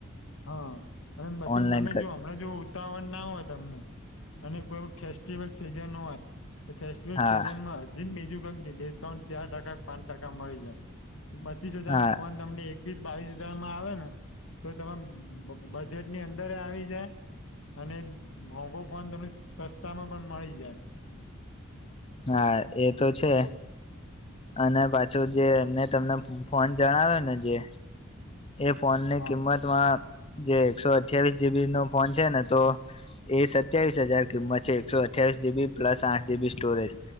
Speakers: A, on the left (about 70°); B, on the left (about 25°).
A: હા અને પછી
B: ઓનલાઈન
A: તમે
B: કર
A: જો હમણાં જો ઉતાવળ ના હોય તમને અને કોઈ ફેસ્ટિવલ સિઝન હોય. એ ફેસ્ટિવલ
B: હા
A: સીઝનમાં હજી બીજું ક ડિસ્કાઉન્ટ ચાર ટકા પાંચ ટકા મળી જાય. પચીસ હજાર
B: હા
A: નો ફોન તમને એક એકવીસ બાવીસ હજાર માં આવે ને તો તમારે બજેટની અંદર આવી જાય અને મોઘો ફોન તમને સસ્તામાં પણ મળી જાય.
B: હા એ તો છે. અને પાછું જે મેં તમને ફોન જણાવ્યો ને જે એ ફોનની
A: હા
B: કિંમતમાં જે એકસો અઠ્યાવીસ જીબી નો ફોન છે ને, તો એ સત્યાવીસ હજાર કિંમત છે એકસો અઠ્યાવીસ જીબી પ્લસ આઠ જીબી સ્ટોરેજ